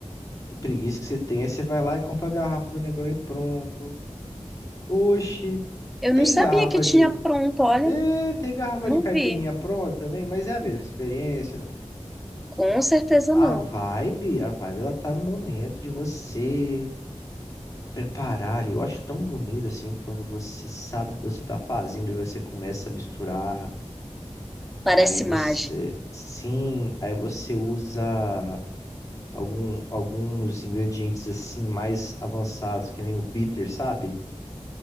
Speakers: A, on the left (about 30°); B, in the centre.
A: Que preguiça que você tem. Aí você vai lá e compra a garrafa do Negroni pronto. Oxi,
B: Eu
A: tem
B: não sabia
A: garrafa
B: que tinha
A: de.
B: pronto, olha.
A: É, tem garrafa
B: Não
A: de caipirinha
B: vi.
A: pronta também, mas é a mesma experiência.
B: Com certeza
A: A
B: não.
A: vibe, a vibe, ela tá no momento de você preparar ali. Eu acho tão bonito assim quando você sabe o que você tá fazendo e você começa a misturar.
B: Parece
A: Aí você,
B: mágica.
A: sim, aí você usa algum, alguns ingredientes assim mais avançados, que nem o bitter, sabe?